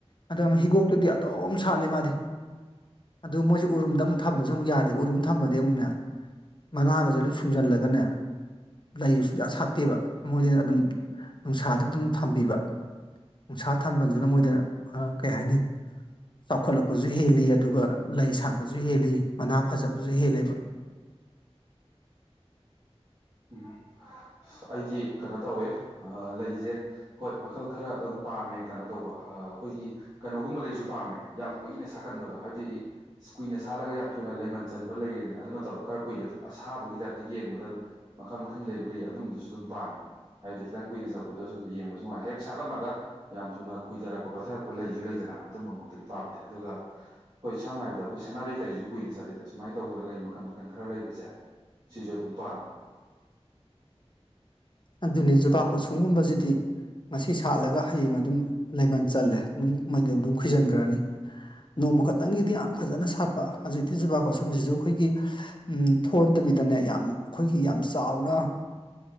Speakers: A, on the left (about 45°); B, on the right (about 40°).
A: ꯑꯗꯣ ꯑꯃ ꯍꯤꯒꯣꯛꯇꯨꯗꯤ ꯑꯗꯨꯝ ꯁꯥꯠꯂꯦ ꯃꯥꯗꯤ ꯑꯗꯨ ꯃꯣꯏꯁꯨ ꯎꯔꯨꯝꯗ ꯑꯃꯨꯛ ꯊꯝꯕꯁꯨ ꯑꯃꯨꯛ ꯌꯥꯗꯦꯕ ꯎꯔꯨꯝ ꯊꯝꯃꯗꯤ ꯑꯃꯨꯛꯅꯦ ꯃꯅꯥꯒꯁꯨ ꯂꯣꯏ ꯁꯨꯞ ꯖꯜꯂꯒꯅꯦ ꯂꯩ ꯁꯨꯡꯖꯥꯠ ꯁꯥꯠꯇꯦꯕ ꯃꯣꯏꯗꯤꯅꯦ ꯑꯗꯨꯝ ꯅꯨꯡꯁꯥꯗ ꯗꯨꯝ ꯊꯝꯕꯤꯕ ꯅꯨꯡꯁꯥ ꯊꯝꯕꯁꯤꯅ ꯃꯣꯏꯗ ꯑ ꯀꯩ ꯍꯥꯏꯅꯤ ꯆꯥꯎꯈꯠꯂꯛꯄꯁꯨ ꯍꯦꯜꯂꯤ ꯑꯗꯨꯒ ꯂꯩ ꯁꯥꯠꯄꯁꯨ ꯍꯦꯜꯂꯤ ꯃꯅꯥ ꯐꯖꯕꯁꯨ ꯍꯦꯜꯂꯦꯕ
B: ꯎꯝ ꯑꯩꯗꯤ ꯀꯩꯅꯣ ꯇꯧꯋꯦ ꯑ ꯂꯩꯖꯦ ꯍꯣꯏ ꯃꯈꯜ ꯈꯔ ꯑꯗꯨꯝ ꯄꯥꯝꯃꯦ ꯀꯅꯣ ꯇꯧꯕ ꯑ ꯑꯩꯈꯣꯏꯒꯤ ꯀꯅꯣꯒꯨꯝꯕ ꯂꯩꯁꯨ ꯄꯥꯝꯃꯦ ꯌꯥꯝ ꯀꯨꯏꯅ ꯁꯥꯠꯀꯟꯕꯗꯣ ꯍꯥꯏꯕꯗꯤ ꯀꯨꯏꯅ ꯁꯥꯠꯂꯒ ꯌꯥꯝ ꯊꯨꯅ ꯂꯩ ꯃꯟ ꯆꯟꯕ ꯂꯩꯌꯦꯗꯅ ꯑꯗꯨꯅ ꯇꯕ ꯈꯔ ꯀꯨꯏꯅ ꯑꯗꯨꯝ ꯑꯁꯥꯕꯒꯤ ꯇꯥꯏꯞꯇ ꯌꯦꯡꯕꯗ ꯃꯈꯜ ꯃꯈꯜ ꯂꯩꯕ ꯂꯩ ꯑꯗꯨꯝꯕꯗꯨꯁꯨ ꯑꯗꯨꯝ ꯄꯥꯝꯃꯦ ꯍꯥꯏꯕꯗꯤ ꯈꯤꯇꯪ ꯀꯨꯏꯅ ꯆꯠꯄꯗꯣ ꯁꯨꯝ ꯌꯦꯡꯕꯗꯁꯨ ꯅꯨꯡꯥꯏ ꯍꯦꯛ ꯁꯥꯠꯂꯝꯃꯒ ꯌꯥꯝ ꯊꯨꯅ ꯈꯨꯏꯗꯔꯛꯄ ꯄꯠꯊꯔꯛꯄ ꯂꯩꯁꯨ ꯂꯩꯗꯅ ꯅ ꯑꯗꯨꯝꯕꯃꯛꯇꯗꯤ ꯄꯥꯝꯗꯦ ꯑꯗꯨꯒ ꯍꯣꯏ ꯁꯝꯅ ꯍꯥꯏꯕꯗ ꯑꯩꯈꯣꯏ ꯁꯥꯟꯅꯔꯩ ꯀꯥꯏꯁꯤꯁꯨ ꯀꯨꯏꯅ ꯁꯥꯠꯂꯤꯗꯅ ꯁꯨꯃꯥꯏꯅ ꯇꯧꯗꯅ ꯂꯩ ꯃꯈꯜ ꯃ ꯀꯟ ꯈꯔ ꯂꯩꯕꯁꯦ ꯁꯤꯁꯨ ꯑꯗꯨꯝ ꯄꯥꯝ
A: ꯑꯗꯨꯅꯤ ꯖꯨꯕꯥꯀꯨꯁꯨꯝꯒꯨꯝꯕꯁꯤꯗꯤ ꯉꯁꯤ ꯁꯥꯠꯂꯒ ꯍꯌꯦꯡ ꯑꯗꯨꯝ ꯂꯩꯃꯟ ꯆꯜꯂꯦ ꯎꯝ ꯑꯗꯨꯝ ꯃꯣꯏꯗꯤ ꯑꯗꯨꯝ ꯈꯨꯏꯖꯟꯒ꯭ꯔꯅꯤ ꯅꯣꯡꯃ ꯈꯛꯇꯪꯒꯤꯗꯤ ꯌꯥꯝ ꯐꯖꯅ ꯁꯥꯠꯄ ꯍꯧꯖꯤꯛꯇꯤ ꯖꯨꯕꯀꯨꯁꯨꯝꯁꯤꯁꯨ ꯑꯩꯈꯣꯏꯒꯤ ꯎꯝ ꯊꯣꯟꯗ ꯕꯤꯗꯅꯦ ꯌꯥꯝ ꯈꯣꯏꯒꯤ ꯌꯥꯝ ꯆꯥꯎꯅ